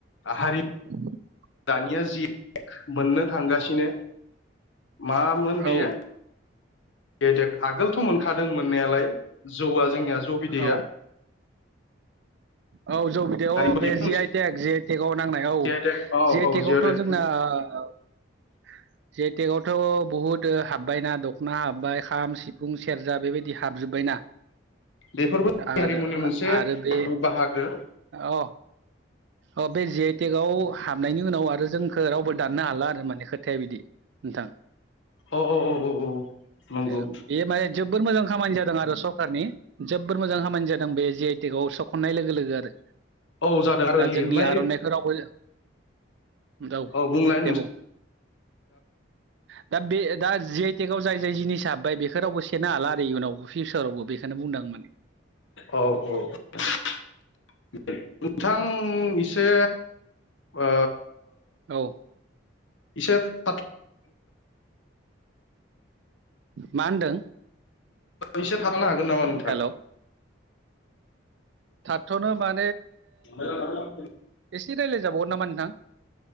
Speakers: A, on the left; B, on the right.
A: हारि
B: <inaudible>
A: दानिया जि <unintelligible> मोननो थांगासिनो मामोन बेयो
B: औ
A: गेदेत आगोलथ' मोनखादोंमोन मोननायालाय जौआ जोंनिया जौ बिदैया
B: औ औ जौ बिदे अ
A: मोनसे
B: बे जि आइ टेक जि आइटेकआव नांनाय औ
A: जि आइ टेक औ
B: जि आइ
A: औ
B: टेकआवथ'
A: टेक
B: जोंना <inaudible> जि आइ टेक आवथ' बहुद हाबबायना दख'ना हाबबाय खाम सिफुं सेरजा बेबायदि हाबजोब्बायना।
A: बेफोरबो
B: आरो
A: हारिमुनि
B: ओ
A: मोनसे
B: आरो बे
A: बाहागो
B: अ अ बे जि आइ टेक आव हाबनायनि उनाव आरो जोंखो रावबो दाननो हाला आरो माने खोथाया बिदि। नोंथां
A: अ औ अ अ औ नंगौ
B: ए बे माने जोबोर मोजां खामानि जादों आरो सरकारनि जोब्बोर मोजां खामानि जादों बे जि आइ टेक आव सखननाय लोगो लोगो आरो
A: औ जादों आरो
B: दा
A: लिरनाय
B: जोंनि आर'नाइखौ रावबो दौ
A: औ बुंलाय
B: दे
A: नों
B: बुं <inaudible> दा बे दा जि आइ टेकआव जाय जाय जिनिसा हाबबाय बेखौ रावबो सेनो हाला आरो इयुनावबो फिउचारावबो बेखोनो बुंदां माने।
A: औ औ <unintelligible> नोंथां से ओ
B: औ
A: <unintelligible>
B: मा होनदों?
A: एसे थाथ'नो हागोन नामा नोंथां?
B: हेल' थाथ'नो मा
A: <unintelligible>
B: एसे रायलाय जाबावगोन नामा नोंथां?